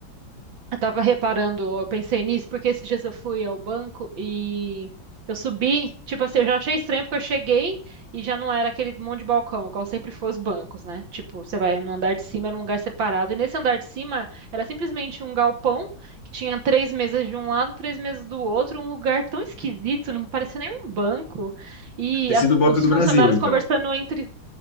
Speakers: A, on the right (about 75°); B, on the left (about 65°).
A: Eu tava reparando, eu pensei nisso, porque esses dias eu fui ao banco e eu subi, tipo assim, eu já achei estranho porque eu cheguei e já não era aquele monte de balcão, igual sempre foi os bancos, né? Tipo, você vai no andar de cima, era um lugar separado. E nesse andar de cima era simplesmente um galpão que tinha três mesas de um lado, três mesas do outro, um lugar tão esquisito, não parecia nem um banco. E
B: Ter
A: as-
B: sido o Banco
A: os
B: do
A: funcionários
B: Brasil, então.
A: conversando entre.